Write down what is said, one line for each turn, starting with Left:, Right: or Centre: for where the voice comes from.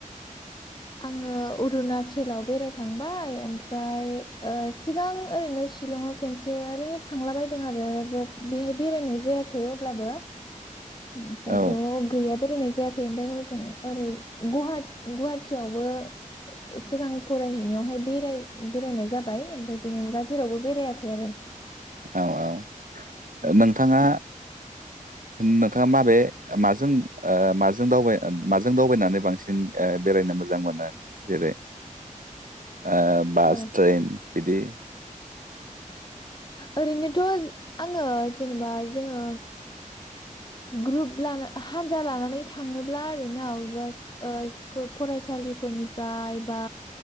Left: आङो अरुनााचलाव बेरायखांबाय। ओमफ्राय ओ सिगां ओरैनो सिशलंआव खनसे ओरैनो थांला बायदों आरो बाट बेहाय बेरायनाय जायाखै अब्लाबो ओमफ्रायथ
Right: औ
Left: गैया बेरायनाय जायाखै ओमफाय हजों ओरै गुहाट गुवाहाटियावबो सिगां फरायहैनायावहाय बेराय बेरायनाय जाबाय ओमफ्राय बेनि अनगा जेरावबो बेरायाखै आरो
Right: औ औ
Left: उम,
Right: नोंथाङा नोंथाङा माबे माजों ओ माजों दावबाय माजों दावबायनानै बांसिन बेरायनो मोजां मोनो जेरै ओ बास
Left: औ
Right: ट्रेन बिदि
Left: ओरैनोथ' आङो जेनेबा जोङो ग्रुप लाना हानजा लानानै थाङोब्ला आरोना अबेबा स्कप फरायसालिफोरनिफ्राय बा